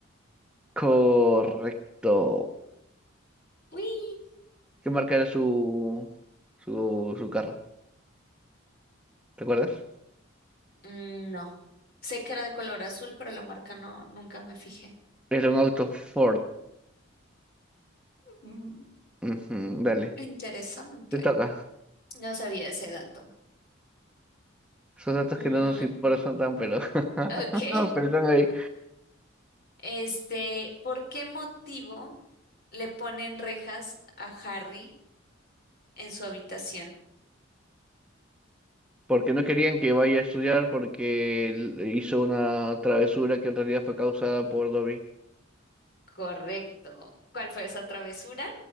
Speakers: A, in the centre; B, on the left.
A: Correcto.
B: Uy.
A: ¿Qué marca era su, su, su carro? ¿Recuerdas?
B: Mm, No. Sé que era de color azul, pero la marca no, nunca me fijé.
A: Era un auto Ford.
B: Mm,
A: Ujú, dale,
B: interesante.
A: te toca.
B: No sabía ese dato.
A: Esos datos
B: Mm,
A: que no nos importan tan, pero, <laughs>
B: ok.
A: no, pero están ahí.
B: Este, ¿por qué motivo le ponen rejas a Harry en su habitación?
A: Porque no querían que vaya a estudiar porque él hizo una travesura que en realidad fue causada por Dobby.
B: Correcto. ¿Cuál fue esa travesura?